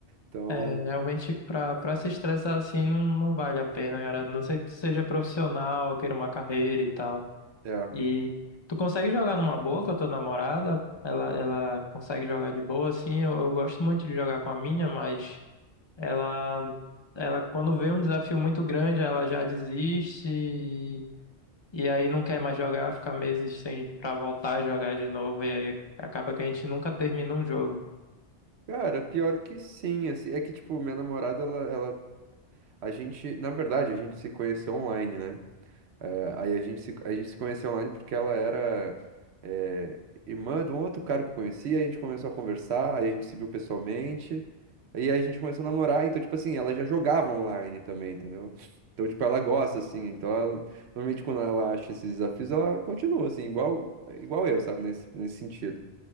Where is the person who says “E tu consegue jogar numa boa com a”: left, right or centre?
Left